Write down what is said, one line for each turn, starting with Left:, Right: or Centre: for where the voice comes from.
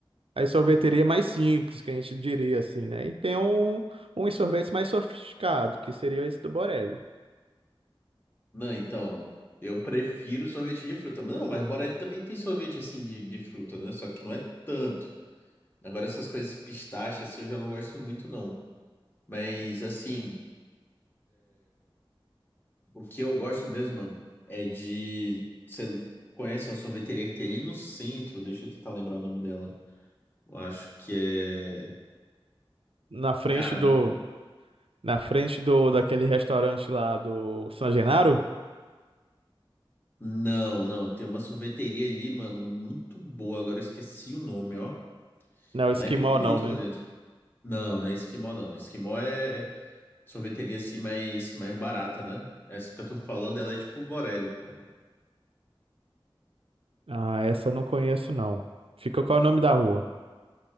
Right: as sorveterias mais simples, que a gente diria assim, né? E tem um, uns sorvetes mais sofisticados, que seria esse do Borelli.
Left: não, então, eu prefiro sorvete de fruta. Não, mas Borelli também tem sorvete assim de, de fruta, né? Só que não é tanto. Agora essas coisas, esse pistache, assim, eu já não gosto muito, não. Mas assim, O que eu gosto mesmo, mano, é de. Você conhece uma sorveteria que tem ali no centro? Deixa eu tentar lembrar o nome dela. Eu acho que é.
Right: Na frente
Left: Cara,
Right: do,
Left: não.
Right: Na frente do daquele restaurante lá do San Genaro?
Left: Não, não. Tem uma sorveteria ali, mano, muito boa. Agora eu esqueci o nome, ó.
Right: Não, Esquimó
Left: Ela é bem bonito
Right: não, né?
Left: lá dentro. Não, não é Esquimó, não. Esquimó é sorveteria assim mais, mais barata, né? Essa que eu tô falando, ela é tipo Borelli, pô.
Right: Ah, essa eu não conheço não. Fica qual é o nome da rua?